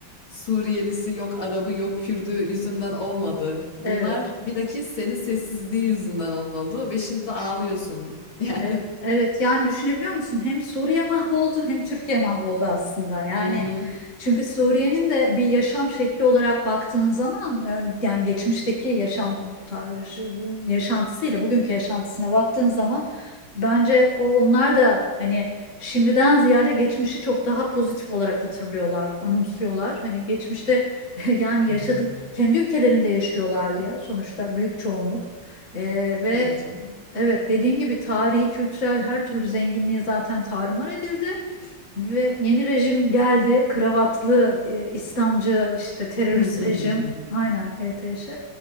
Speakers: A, on the left; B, on the left.
A: Suriyelisi yok Arabı yok Kürdü yüzünden olmadı. Bunlar
B: Evet.
A: bilakis senin sessizliğin yüzünden oldu ve şimdi de ağlıyorsun. <laughs> Yani.
B: Evet, evet yani düşünebiliyor musun? Hem Suriye mahvoldu hem Türkiye mahvoldu aslında. Yani
A: Hı hı.
B: çünkü Suriye'nin de bir yaşam şekli olarak baktığın zaman e, yani geçmişteki yaşam tarzı, yaşantısıyla bugünkü yaşantısına baktığın zaman bence o- onlar da hani şimdiden ziyade geçmişi çok daha pozitif olarak hatırlıyorlar, anımsıyorlar. Hani geçmişte <laughs> yani
A: Hı
B: yaşadık
A: hı.
B: kendi ülkelerinde yaşıyorlardı ya sonuçta büyük çoğunluk. E, ve
A: Tabii canım.
B: Evet, dediğin gibi tarihi, kültürel her türlü zenginliği zaten tarumar edildi ve yeni rejim geldi. Kravatlı, e, İslamcı işte terörist
A: <laughs>
B: rejim. Aynen HTŞ.